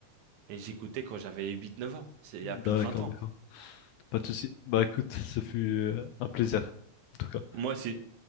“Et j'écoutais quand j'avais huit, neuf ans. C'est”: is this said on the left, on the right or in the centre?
Right